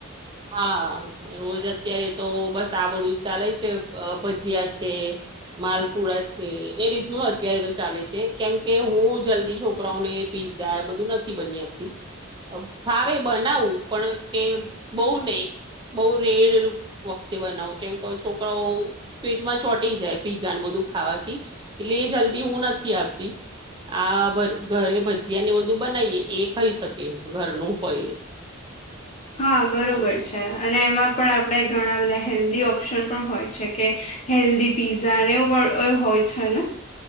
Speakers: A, on the right; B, on the left.
A: હા રોજ અત્યારે તો બસ આ બધું ચાલે છે, ભજીયા છે. માલપુરા છે એ રીતનું અત્યારે તો ચાલે છે કેમ કે હું જલ્દી છોકરાઓને પીઝા બધું નથી આપતી ફાવે બનાવું પણ કે બહુ નહી બહુ રેડ વખતે બનાવો કેમ ક છોકરાઓ પેડ મા ચોટી જાય પીઝાને બધું ખાવાથી એટલે એ જલ્દી હું નથી આવતી આ ઘરે ભજીયા ને એ બધું બનાવીએ એ ખાઈ શકે ઘરનું હોય
B: હા બરોબર
A: અને
B: છે, અને એમાં પણ આપણે ઘણા બધા હેલ્ધી ઓપ્શન પણ હોય છે કે હેલ્દી પીઝાને એવુ પણ હોય છે ને